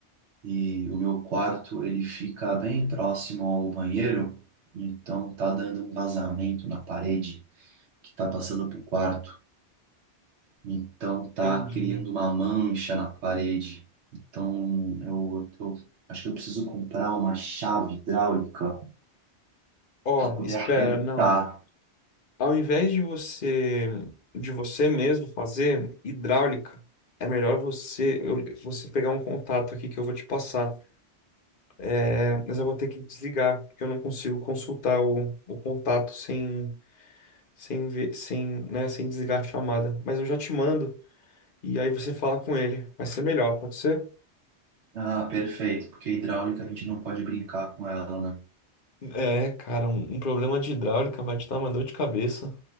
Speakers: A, on the right; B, on the left.
A: E o meu quarto, ele fica bem próximo ao banheiro, então tá dando um vazamento na parede que tá passando pro quarto. Então tá
B: Entendi.
A: criando uma mancha na parede. Então eu, eu acho que eu preciso comprar uma chave hidráulica
B: Ó,
A: para poder
B: espera,
A: apertar.
B: não. ao invés de você de você mesmo fazer hidráulica, é melhor você eu- você pegar um contato aqui que eu vou te passar. É, mas eu vou ter que desligar, porque eu não consigo consultar o, o contato sem sem ver, sem, né, sem desligar a chamada. Mas eu já te mando e aí você fala com ele. Vai ser melhor, pode ser?
A: Ah, perfeito, porque hidráulica a gente não pode brincar com ela, né?
B: É, cara, um, um problema de hidráulica vai te dar uma dor de cabeça.